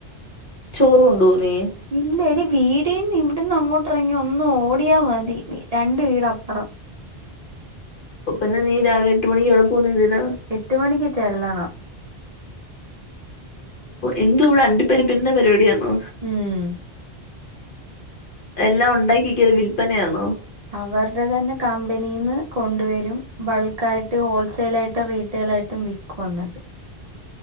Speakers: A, on the left (about 55°); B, on the right (about 45°).
A: ചോറ് കൊണ്ട് പോകുവോ നീ
B: ഇല്ല ടി വീടിന്ന് ഇവിടെന്ന് അങ്ങോട്ട് ഇറങ്ങി ഒന്ന് ഓടിയാൽ മതി രണ്ട് വീടപ്പുറം
A: അപ്പം പിന്നെ നീ രാവിലെ എട്ട് മണിക്ക് അവിടെ പോകുന്നത് എന്തിനാ
B: എട്ട് മണിക്ക് ചെല്ലണം
A: എന്തു ഇവിടെ അണ്ടി പരിപ്പിൻ്റെ പരിപാടിയാണോ
B: ഉം
A: എല്ലാം ഉണ്ടാക്കി വെക്കുവോ അതോ വില്പനയാണോ
B: അവരുടെ തന്നെ കമ്പനിന്ന് കൊണ്ടുവരും ബൾക്ക് ആയിട്ട് ഹോൾസെയിൽ ആയിട്ടും റീറ്റെയിൽ ആയിട്ടും വിക്കും കൊന്നട്ട്